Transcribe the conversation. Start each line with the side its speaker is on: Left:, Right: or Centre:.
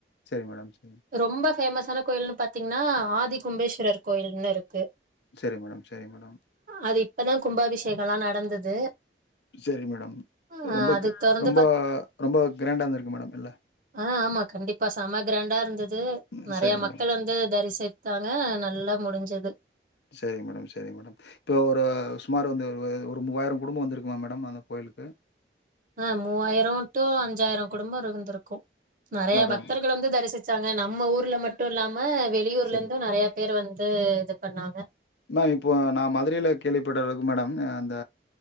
Left: சரி மேடம் சரி
Right: ரொம்ப ஃபேமஸான கோயில்னு பாத்தீங்ன்னா ஆதிகும்பேஸ்வரர் கோயில்னு இர்கு
Left: சரி மேடம் சரி மேடம்
Right: அது இப்பதா கும்பாபிஷேகல்லா நடந்தது
Left: சரி மேடம்
Right: ஆ
Left: ரொம்ப
Right: அது தொறந்து
Left: ரொம்பொ
Right: பாத்
Left: ரொம்போ கிராண்டாருந்தருக்கு மேடம் இல்ல
Right: ஆ ஆமா கண்டிப்பா செம கிராண்டாருந் தது
Left: ம்.
Right: நெறய
Left: சரி கிராண்ட்.
Right: மக்கள்
Left: மேடம்.
Right: வந்து தரிசித்தாங்க நல்லா முடிஞ்சிது
Left: சரிங் மேடம் சரிங்க மேடம் இப்போ ஒரு சுமார் வந்து ஒரு மூவாயிரோ குடும்பம் வந்திருக்குமா மேடம் அந்த கோயிலுக்கு
Right: ஆ மூவாயிர டு அஞ்சாயிர குடும்பம் இருந்திருக்கு நறையா
Left: அதான்.
Right: பக்தர்கள் வந்து தரிசிச்சாங்க நம்ம ஊர்ல மட்டுல்லாம வெளியூர்லருந்தும்
Left: சரி.
Right: நறையா பேரு வந்து இது பண்ணாங்க
Left: மேம் இப்போ நான் மதுரைல கேள்விப்படறது மேடம் அந்த